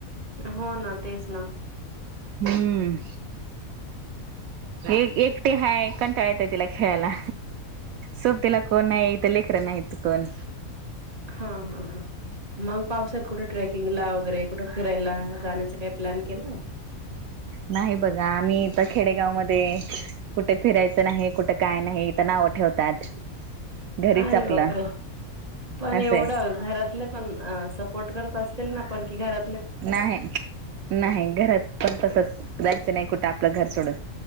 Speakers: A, on the right (about 25°); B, on the right (about 75°).
A: हो ना तेच ना
B: हम्म एक एकटी हाय कंटाळ येत तिला खेळायला सोप तिला कोण नाही इथं लेकररं नाहीत तिकण
A: हा हा हा मग पावसात कुठे ट्रेकिंगला वगैरे कुठे फिरायला जाण्याच काही प्लॅन केलाय
B: नाही बघा आम्ही इथ खेडेगाव मध्ये कुठे फिरायचं नाही कुठं काय नाही इथ नाव ठेवतात घरीच
A: अरे
B: आपलं
A: बापरे पण
B: असंय
A: एवढं घरातलं पण सपोर्ट करत असतील ना पण की घरात
B: नाही नाही घरात पण तसच जायचं नाही कुठं आपलं घर सोडून